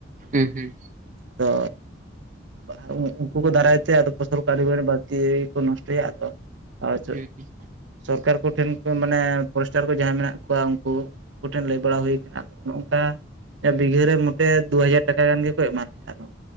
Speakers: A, on the right; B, on the right.
A: ᱦᱩᱸ ᱦᱩᱸ
B: ᱛᱚ ᱵᱟ ᱟᱨ ᱩᱱᱠᱩ ᱠᱚ ᱫᱟᱨᱟᱭ ᱛᱮ ᱟᱫᱚ ᱯᱷᱚᱥᱚᱞ ᱠᱟᱹᱨᱤ ᱵᱮᱲᱮ ᱵᱟᱹᱲᱛᱤ ᱠᱚ ᱱᱚᱥᱴᱚᱭᱟ ᱟᱫᱚ <unintelligible>
A: ᱦᱩᱸ
B: ᱥᱚᱨᱠᱟᱨ ᱠᱚᱴᱷᱮᱱ ᱠᱚ ᱢᱟᱱᱮ ᱯᱷᱚᱨᱮᱥᱴᱟᱨ ᱠᱚ ᱡᱟᱦᱟᱸᱭ ᱢᱮᱱᱟᱜ ᱠᱚᱣᱟ ᱩᱱᱠᱩ ᱠᱩᱴᱷᱮᱱ ᱞᱟᱹᱭ ᱵᱟᱲᱟ ᱦᱩᱭ ᱟᱠᱟᱱᱟ ᱟᱫᱚ ᱱᱚᱝᱠᱟ ᱵᱤᱜᱷᱟᱹᱨᱮ ᱢᱚᱴᱮ ᱫᱩ ᱦᱟᱡᱟᱨ ᱴᱟᱠᱟ ᱜᱟᱱ ᱜᱮᱠᱚ ᱮᱢ ᱞᱮᱭᱟ ᱟᱫᱚ